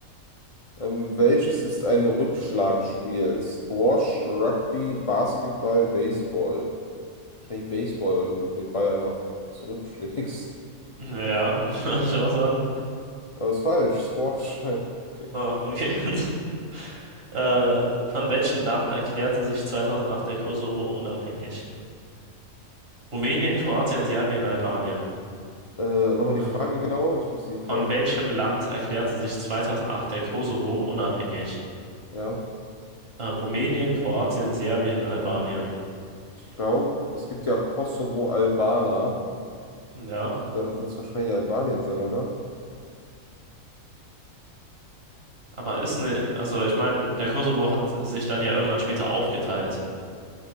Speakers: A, on the left; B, on the right.
A: Ähm, welches ist ein Rückschlagspiel? Squash, Rugby, Basketball, Baseball. Wahrscheinlich Baseball, weil du den Ball einfach zurückschlägst.
B: Ja, <laughs> würde ich auch sagen.
A: <laughs> Aber ist falsch. Squash. <laughs> Okay.
B: Ah, okay. <laughs> Äh, von welchem Land erklärte sich 2008 der Kosovo unabhängig? Rumänien, Kroatien, Serbien, Albanien.
A: Äh, nochmal die
B: Ähm,
A: Frage genau. Ich muss die Frage.
B: von welchem Land erklärte sich 2008 der Kosovo unabhängig?
A: Ja,
B: Äh, Rumänien, Kroatien, Serbien, Albanien.
A: ich glaube, es gibt ja Kosovo-Albaner.
B: Ja,
A: Dann wird es wahrscheinlich Albanien sein, oder?
B: aber ist ne, also ich meine, der Kosovo hat sich dann ja irgendwann später aufgeteilt.